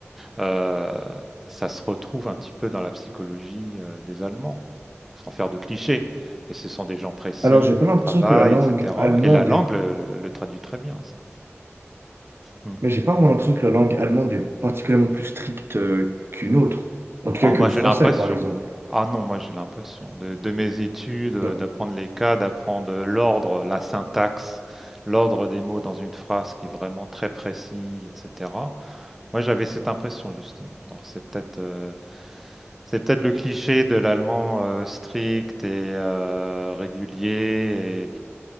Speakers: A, in the centre; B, on the right (about 60°).
A: Euh, ça se retrouve un petit peu dans la psychologie euh, des Allemands sans faire de clichés. Et ce sont des gens précis,
B: Alors j'ai pas l'impression
A: au travail,
B: que la langue
A: etc.
B: allemande
A: Et la langue le, le- le traduit très bien, ça. Hmm.
B: Mais j'ai pas vraiment l'impression que la langue allemande est particulièrement plus stricte euh, qu'une autre. En tout
A: Oh,
B: cas que
A: moi
B: le
A: j'ai
B: français,
A: l'impression.
B: par exemple.
A: Ah non, moi j'ai l'impression de, de mes études, euh,
B: Donc,
A: d'apprendre les cas, d'apprendre l'ordre, la syntaxe, l'ordre des mots dans une phrase qui est vraiment très précis, etc. Moi, j'avais cette impression justement. Alors, c'est peut-être euh, c'est peut-être le cliché de l'allemand euh, strict et euh, régulier